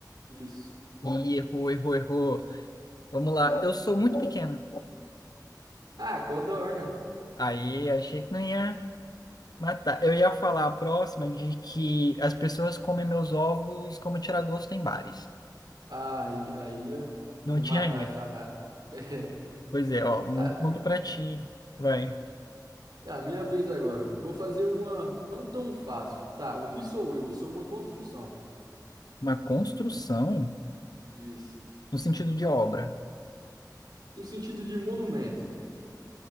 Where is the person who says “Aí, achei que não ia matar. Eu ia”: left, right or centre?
Left